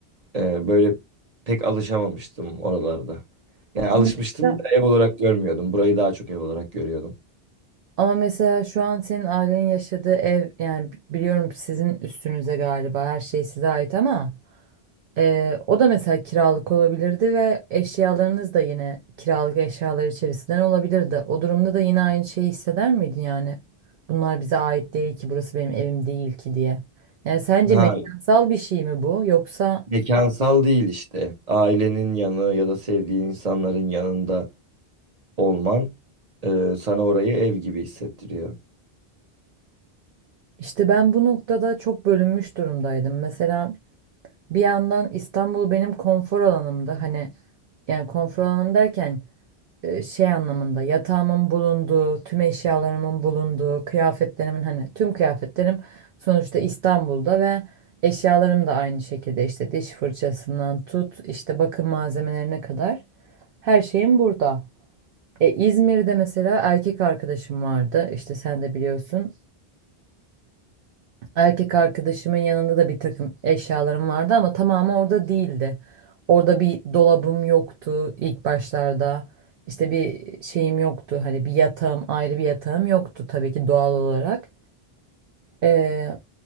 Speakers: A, on the right (about 40°); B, on the right (about 65°).
A: Ee, böyle pek alışamamıştım oralarda. Yani alışmıştım
B: Ama mesela,
A: da ev olarak görmüyordum. Burayı daha çok ev olarak görüyordum.
B: ama mesela şu an senin ailenin yaşadığı ev yani bi- biliyorum sizin üstünüze galiba her şey size ait ama e, o da mesela kiralık olabilirdi ve eşyalarınız da yine kiralık eşyalar içerisinden olabilirdi. O durumda da yine aynı şeyi hisseder miydin yani? Bunlar bize ait değil ki burası benim evim değil ki diye. Yani sence
A: Ha,
B: mekansal bir şey mi bu yoksa
A: mekansal değil işte. Ailenin yanı ya da sevdiğin insanların yanında olman e, sana orayı ev gibi hissettiriyor.
B: İşte ben bu noktada çok bölünmüş durumdaydım. Mesela bir yandan İstanbul benim konfor alanımdı. Hani yani konfor alanım derken e, şey anlamında yatağımın bulunduğu, tüm eşyalarımın bulunduğu, kıyafetlerimin hani tüm kıyafetlerim sonuçta İstanbul'da ve eşyalarım da aynı şekilde işte diş fırçasından tut işte bakım malzemelerine kadar her şeyim burada. E, İzmir'de mesela erkek arkadaşım vardı. İşte sen de biliyorsun. erkek arkadaşımın yanında da bir takım eşyalarım vardı ama tamamı orada değildi. Orada bir dolabım yoktu ilk başlarda. İşte bir şeyim yoktu. Hani bir yatağım, ayrı bir yatağım yoktu tabii ki doğal olarak. Ee,